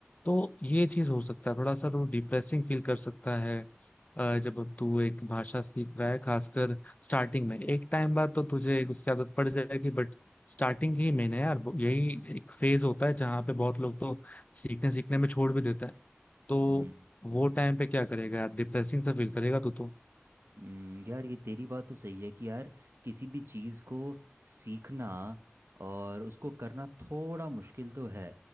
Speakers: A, on the left; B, on the right.
A: तो ये चीज हो सकता है थोड़ा सा तो डिप्रेसिंग फील कर सकता है अ, जब तू एक भाषा सीख रहा है खासकर स्टार्टिंग में एक टाइम बाद तो तुझे उसकी आदत पड़ जाएगी बट स्टार्टिंग ही मेन है यार वो- यही एक फेज होता है जहाँ पे बहुत लोग तो सीखने सीखने में छोड़ भी देता है तो
B: हम्म
A: वो टाइम पे क्या करेगा यार डिप्रेसिंग सा फील करेगा तू तो
B: हम्म, यार ये तेरी बात तो सही है कि यार किसी भी चीज़ को सीखना और उसको करना थोड़ा मुश्किल तो है